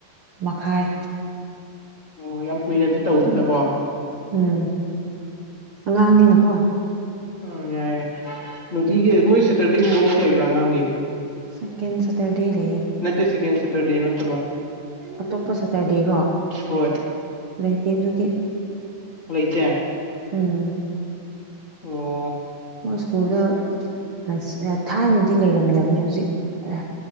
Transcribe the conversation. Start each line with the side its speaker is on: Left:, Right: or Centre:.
Right: ꯃꯈꯥꯏ꯫
Left: ꯑꯣ ꯌꯥꯝ ꯀꯨꯏꯅꯗꯤ ꯇꯧꯗꯦꯅꯕꯣ
Right: ꯎꯝ ꯑꯉꯥꯡꯅꯤꯅꯀꯣ
Left: ꯎꯝ ꯌꯥꯏ ꯌꯥꯏ ꯅꯨꯡꯇꯤꯒꯤ ꯃꯣꯏ ꯁꯦꯇꯔꯗꯦ ꯒꯨꯝꯕ ꯑꯣꯐ ꯂꯩꯕ꯭ꯔꯥ ꯑꯉꯥꯡꯒꯤ꯫
Right: ꯁꯦꯀꯦꯟ ꯁꯇꯔꯗꯦ ꯂꯩꯌꯦ꯫
Left: ꯅꯠꯇꯦ ꯁꯦꯀꯦꯟ ꯁꯦꯇꯔꯗꯦ ꯅꯠꯇꯕ꯫
Right: ꯑꯇꯣꯞꯄ ꯁꯇꯔꯗꯦꯔꯣ
Left: ꯍꯣꯏ
Right: ꯂꯩꯇꯦ ꯗꯨꯗꯤ꯫
Left: ꯑꯣꯂꯩꯇꯦ
Right: ꯎꯝ
Left: ꯑꯣ
Right: ꯃꯣꯏ ꯁ꯭ꯀꯨꯜꯗꯣ ꯑꯁ ꯑ ꯊꯥꯏꯅꯗꯤ ꯂꯩꯔꯝꯗꯕꯅꯦ ꯍꯧꯖꯤꯛ ꯑ